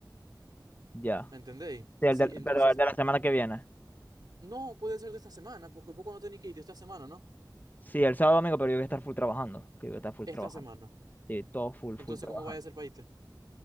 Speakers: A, on the left; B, on the right.
A: ya.
B: ¿Me entendéis?
A: Sí, el
B: Sí,
A: de- pero
B: entonces,
A: el de la semana que viene.
B: no puede ser de esta semana, porque vos no tenéis que ir de esta semana, ¿no?
A: Sí, el sábado domingo, pero yo voy a estar full trabajando. Que yo voy a estar full trabajando.
B: Esta semana.
A: Sí, todo full,
B: Entonces,
A: full trabajando.
B: ¿cómo vaya a ser para irte?